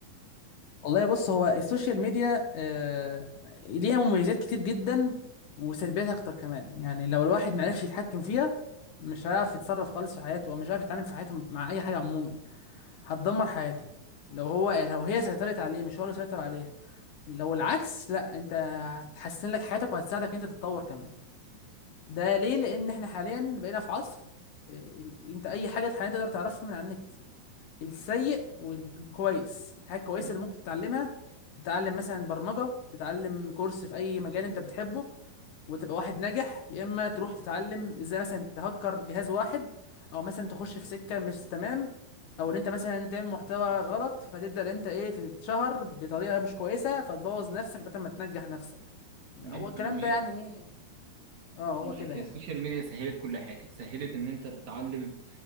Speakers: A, on the left; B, on the right.
A: والله بص هو السوشيال ميديا آه ليها مميزات كتير جدا وسلبيات اكتر كمان يعني لو الواحد معرفش يتحكم فيها مش هيعرف يتصرف خالص في حياته ومش هيعرف يتعامل في حياته مع اي حاجه عموما هتدمر حياته لو هو لو هي سيطرت عليه مش هو اللي سيطر عليها لو العكس لا انت هتحسن لك حياتك وهتساعدك انت تتطور كمان ده ليه لان احنا حاليا بقينا في عصر آه، انت اي حاجه حاليا تقدر تعرفها من على النت السيء والكويس الحاجة الكويسة
B: تمام
A: اللي ممكن تتعلمها تتعلم مثلا برمجة تتعلم كورس في أي مجال أنت بتحبه وتبقى واحد ناجح يا إما تروح تتعلم إزاي مثلا تهكر جهاز واحد أو مثلا تخش في سكة مش تمام أو إن أنت مثلا تعمل محتوى غلط فتبدأ إن أنت إيه تتشهر بطريقة مش كويسة فتبوظ نفسك بدل ما تنجح نفسك
B: تمام
A: هو الكلام
B: انا معاك
A: ده يعني إيه أه هو
B: انا
A: كده
B: معاك
A: يعني
B: هي السوشيال ميديا سهلت كل حاجة سهلت ان انت تتعلم